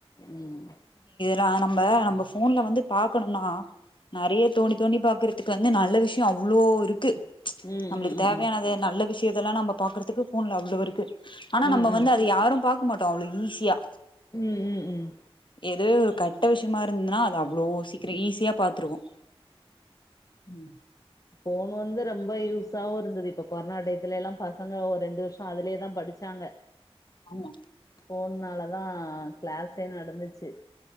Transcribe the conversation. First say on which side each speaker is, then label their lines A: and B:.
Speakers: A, on the left (about 35°); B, on the left (about 55°).
A: ம்
B: நா நம்ம நம்ம போன்ல வந்து பாக்கணும்னா நறைய தோண்டி தோண்டி பாக் க்குந்து நல்ல விஷயோ அவ அவ்ளோ இருக்கு
A: ம் ம்
B: நம்மளுக்கு
A: ம் ம்
B: தேவையானது நல்ல விஷ இதேல்லா நம்ம பார்க்கறக்கு போன்ல அவ் இருக்கு ஆனா
A: ம்
B: நம்ம வந்து அத யாரு பாக் இருக்க மாட்டோ அவ்ளோ ஈஸியா
A: ம் ம் ம்
B: எதுவே ஒரு கட்ட விஷயமா இருந்ததுன்னா அது அவ்வளோ கிரை ஈஸியா பாத்துருவோம் ம்
A: போன் வந்து ரொம்ப யூஸாவும் இருந்தது இப்ப கொரோனா டையத்துல எல்லாம் பசங்க ஒரு ரெண்டு வருஷோ அதுலயே தான் படிச்சாங்க
B: ஆமா
A: போனனால தான் கிளாஸே நடந்துச்சு